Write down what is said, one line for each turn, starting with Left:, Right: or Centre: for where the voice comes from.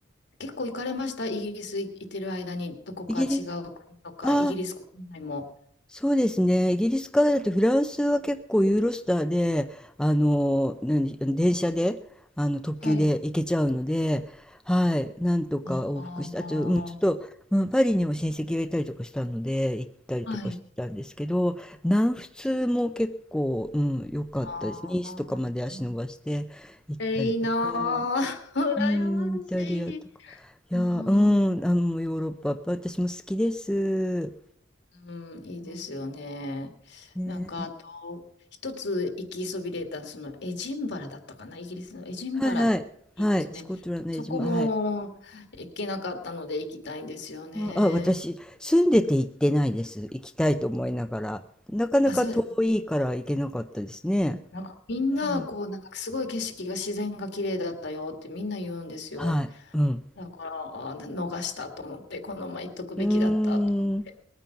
Left: 結構行かれましたイギリス行ってる間に、どこか違う国とか、
Centre: イギリスああ、
Left: イギリス国内も。
Centre: そうですね。イギリスからだとフランスは結構ユーロスターで、あの、何、電車で、あの、特急で行けちゃうので、
Left: はい。
Centre: はい、なんとか往復して、
Left: ああー、
Centre: あと、うん、ちょっと、うん、パリにも親戚がいたりとかしたので、行ったりとかしてたんですけど、
Left: はい。
Centre: 南仏も結構、うん、良かったです。
Left: ああ。
Centre: ニースとかまで足伸ばして行ったりとか、
Left: えいいなぁ。<laughs> 羨ましい。
Centre: うん、イタリアとか。いやう
Left: うん、
Centre: ん、あの、ヨーロッパ、やっぱ私も好きです。
Left: うん、いいですよね。
Centre: うんね
Left: なんか、あと、一つ行きそびれた、そのエジンバラだったかな、イギリスのエジンバラって言いますね。
Centre: はいはい。はい。スコットランド江島。
Left: そこも行けなかったので行きたいんですよね。
Centre: はい。あ、あ私、住んでて行ってないです。行きたいと思いながら。なかなか遠いから行けなかったですね。
Left: あ、そうです。なんかみんな、
Centre: うん。
Left: こう、なんかすごい景色が自然が綺麗だったよってみんな言うんですよ。
Centre: はい。うん。
Left: だから、あ、逃したと思って、このまま行っとくべきだったと思って。
Centre: うーん。